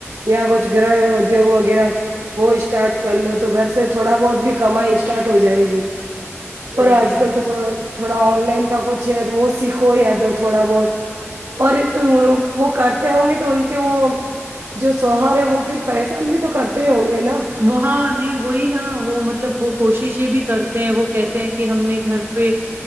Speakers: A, on the right; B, on the right.
A: یا کچھ گرہ ادیوگ وغیرہ وہ اسٹارٹ کر لو تو گھر سے تھوڑا بہت بھی کمائی اسٹارٹ ہو جائے گی اور
B: صحیح
A: آج
B: ہے
A: کل تو تھڑا تھوڑا آن لائن کا کچھ ہے وہ سیکھو یا تو تھوڑا بہت اور تو وہ کرتے ہوں گے تو ان کے وہ جو شوہر ہے وہ پھر پریشان بھی تو کرتے ہونگے نا
B: وہ ہاں نہیں وہی نا وہ مطلب وہ کوششیں بھی کرتے ہیں وہ کہتے ہیں کہ ہم نے گھر پہ